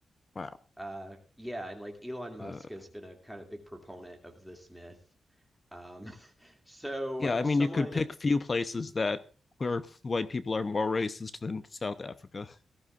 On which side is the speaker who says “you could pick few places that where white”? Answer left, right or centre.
Left